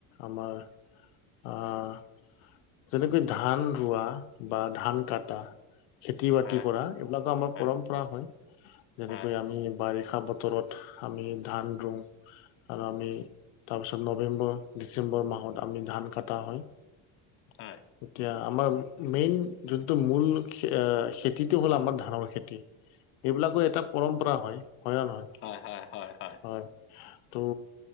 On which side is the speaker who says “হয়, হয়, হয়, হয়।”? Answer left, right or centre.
Left